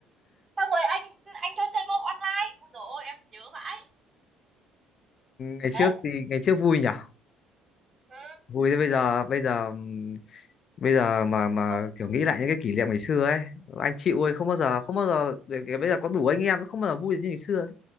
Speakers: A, on the right (about 35°); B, on the left (about 50°).
A: xong rồi anh anh cho chơi môn online ôi dồi ôi em nhớ vãi
B: ngày trước
A: đấy
B: thì ngày trước vui nhở
A: ừ.
B: vui thế bây giờ bây giờ bây giờ mà mà
A: không
B: kiểu nghĩ lại những cái kỷ niệm ngày xưa ấy anh chịu ơi không bao giờ không bao giờ để- để bây giờ có đủ anh em không bao giờ vui như ngày xưa